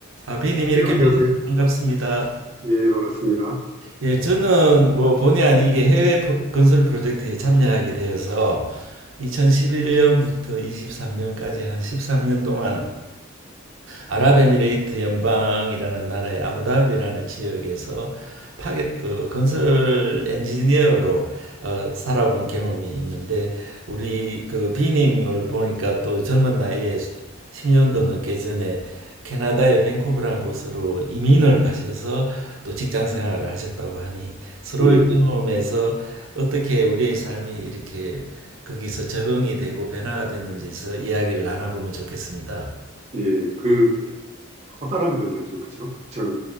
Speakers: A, on the right; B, on the right.
A: 아, 비님 이렇게
B: 네, 안녕하세요.
A: 만나서 반갑습니다.
B: 예, 반갑습니다.
A: 예, 저는 뭐 본의 아니게 해외 프로- 건설 프로젝트에 참여하게 되어서 2011년부터 23년까지 한 13년 동안 아랍에미레이트 연방이라는 나라의 아부다비라는 지역에서 파괴, 그 건설 엔지니어로 어, 살아본 경험이 있는데 우리 그 비님을 보니까 또 젊은 나이에 10년도 넘게 전에 캐나다의 밴쿠버라는 곳으로 이민을 가셔서 또 직장 생활을 하셨다고 하니 서로의
B: 예,
A: 경험에서 어떻게 우리의 삶이 이렇게 거기서 적응이 되고 변화가 됐는지에서 이야기를 나눠보면 좋겠습니다.
B: 예, 그 커다란 변화죠, 그죠? 저